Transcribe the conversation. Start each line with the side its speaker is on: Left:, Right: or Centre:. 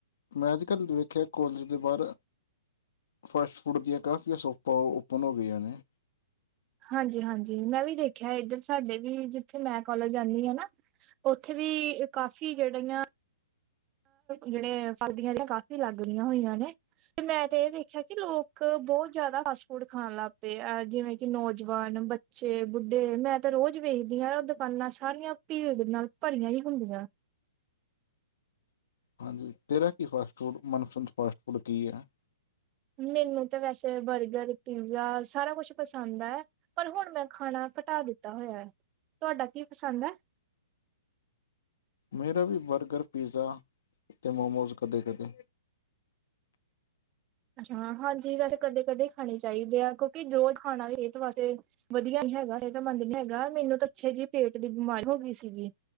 Left: ਮੈਂ ਅੱਜ ਕੱਲ੍ਹ ਵੇਖਿਆ ਕਾਲਜ ਦੇ ਬਾਹਰ ਫਾਸਟ ਫੂਡ ਦੀਆਂ ਕਾਫੀਆਂ ਸੋਪਾਂ, ਓਪਨ ਹੋ ਗਈਆਂ ਨੇ।
Right: ਹਾਂਜੀ ਹਾਂਜੀ, ਮੈਂ ਵੀ ਦੇਖਿਆ ਇੱਧਰ ਸਾਡੇ ਵੀ, ਜਿੱਥੇ ਮੈਂ ਕੋਾਲਜ ਜਾਣੀ ਹ ਨਾ ਉੱਥੇ ਵੀ, ਕਾਫੀ ਜਿਹੜੀ ਆ ਜਿਹੜੇ ਫਲਦੀਆਂ ਨੇ ਕਾਫੀ ਲੱਗ ਰਹੀਆਂ ਹੋਈਆਂ ਨੇ, ਤੇ ਮੈਂ ਤੇ ਇਹ ਦੇਖਿਆ ਕਿ ਲੋਕ, ਬਹੁਤ ਜਿਆਦਾ ਫਾਸਟ ਫੂੜ ਖਾਣ ਲੱਗ ਪਏ ਆ, ਜਿਵੇਂ ਕਿ ਨੌਜਵਾਨ, ਬੱਚੇ, ਬੁੱਢੇ, ਮੈਂ ਤਾਂ ਰੋਜ਼ ਵੇਖਦੀ ਹਾਂ ਉ ਦੁਕਾਨਾਂ ਸਾਰੀਆਂ, ਭੀੜ ਨਾਲ ਭਰੀਆਂ ਹੀ ਹੁੰਦੀਆਂ।
Left: ਹਾਂਜੀ, ਤੇਰਾ ਕੀ ਫਾਸਟ ਫੂਡ, ਮਨਪਸੰਦ ਫਾਸਟ ਫੂਡ ਕੀ ਹੈ?
Right: ਮੈਨੂੰ ਤਾਂ ਵੈਸੇ ਬਰਗਰ, ਪੀਜ਼ਾ, ਸਾਰਾ ਕੁਛ ਪਸੰਦ ਹੈ। ਪਰ ਹੁਣ ਮੈਂ ਖਾਣਾ ਘਟਾ ਦਿੱਤਾ ਹੋਇਆ ਹੈ, ਤੁਹਾਡਾ ਕੀ ਪਸੰਦ ਹੈ?
Left: ਮੇਰਾ ਵੀ ਬਰਗਰ, ਪੀਜ਼ਾ ਅਤੇ ਮੋਮੋਸ, ਕਦੇ-ਕਦੇ।
Right: ਅੱਛਾ, ਹਾਂਜੀ ਵੈਸੇ ਕਦੇ-ਕਦੇ ਖਾਣੇ ਚਾਹੀਦੇ ਆ, ਕਿਉਂਕਿ ਰੋਜ਼ ਖਾਣਾ ਵੀ ਇਹ ਤਾਂ ਵੈਸੇ ਵਧੀਆ ਨੀ ਹੈਗਾ, ਸਿਹਤਮੰਦ ਨੀ ਹੈਗਾ, ਮੈਨੂੰ ਤਾਂ ਅੱਛੇ ਜਿਹੀ ਪੇਟ ਦੀ ਬਿਮਾਰੀ ਹੋ ਗਈ ਸੀਗੀ।